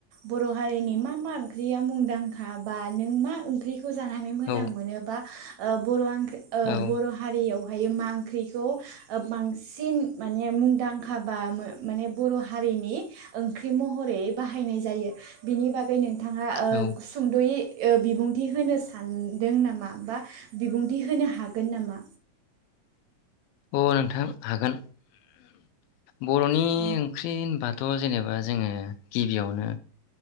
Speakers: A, on the right (about 65°); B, on the left (about 85°).
A: बर' हारिनि मा मा ओंख्रिया मुंदांखा बा नों मा ओंख्रिखौ खौ जानानै मोजां
B: औ
A: मोनोबा बर'आ ओ
B: औ
A: बर' हारियाव बेहाय मा ओंख्रिखौ बांसिन माने मुंदांखा बा माने बर' हारिनि ओंख्रि महरै बाहायनाय जायो बिनि बागै नोंथाङा
B: औ
A: सुंद'यै ओ बिबुंथि होनो सानदों नामा बा बिबुंथि होनो हागोन हागोन नामा
B: अ नोंथां हागोन बर'नि
A: औ
B: ओंख्रि होनबाथ थ' जेनेबा जोङो गिबियावनो